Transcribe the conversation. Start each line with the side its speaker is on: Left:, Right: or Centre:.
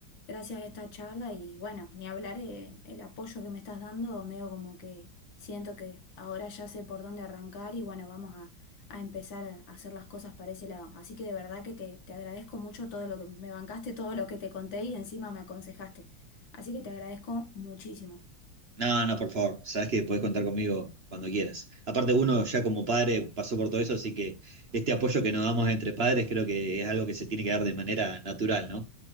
Left: gracias a esta charla y bueno, ni hablar eh, el apoyo que me estás dando, medio como que siento que ahora ya sé por dónde arrancar y bueno, vamos a, a empezar a hacer las cosas para ese lado. Así que de verdad que te, te agradezco mucho todo lo que me bancaste, todo lo que te conté y encima me aconsejaste. Así que te agradezco muchísimo.
Right: No, no, por favor. Sabes que podés contar conmigo cuando quieras. Aparte, uno ya como padre pasó por todo eso, así que este apoyo que nos damos entre padres creo que es algo que se tiene que dar de manera natural, ¿no?